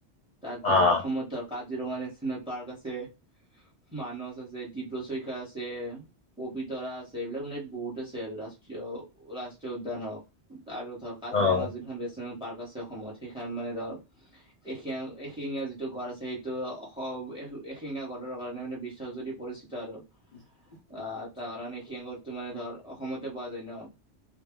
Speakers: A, in the centre; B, on the left.
A: তাত ধৰ
B: অ',
A: অসমত ধৰ কাজিৰঙা নেশ্যনেল পাৰ্ক আছে। মানস আছে, ডীব্ৰু ছৈখোৱা আছে। পবিতৰা আছে এইবিলাক মানে বহুত আছে আৰু ৰাষ্ট্ৰীয় ৰাষ্ট্ৰীয় উদ্যান হওক। আৰু ধৰ কাজিৰঙা
B: অ',
A: যি খন নেচনেল পাৰ্ক আছে, অসমত সেইখন মানে ধৰ এ-এশিঙীয়া যিটো গড় আছে সেইটো অসম এশিঙা গড়ৰ কাৰণে মানে বিশ্বাসজুৰি পৰিচিত আৰু।
B: <inaudible>
A: আহ তাৰ কাৰণে, এশিঙীয়াগড়টো মানে ধৰ অসমতে পোৱা যায় ন'